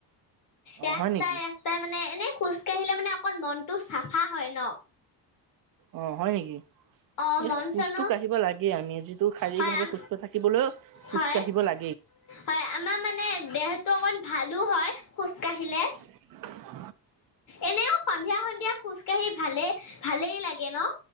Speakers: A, on the right; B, on the left.
A: অ',
B: ৰাস্তাই
A: হয় নেকি
B: -ৰাস্তাই মানে এনে খোজ কাঢ়িলে মানে অকন মনটো চাফা হয় ন'?
A: অহ, হয় নেকি?
B: অ
A: এই
B: মন
A: খোজটো
B: চনো
A: কাঢ়িব লাগে আমি যিটো শাৰীৰিক
B: হয়
A: ভাৱে
B: আম
A: সুস্থ থাকিবলৈও খোজ
B: হয়
A: কাঢ়িব লাগে।
B: হয়, আমাৰ মানে দেহটো অকণ ভালো হয় খোজ কাঢ়িলে।
A: <inaudible>
B: এনেও সন্ধিয়া- সন্ধিয়া খোজ কাঢ়ি ভালে- ভালেই লাগে ন'?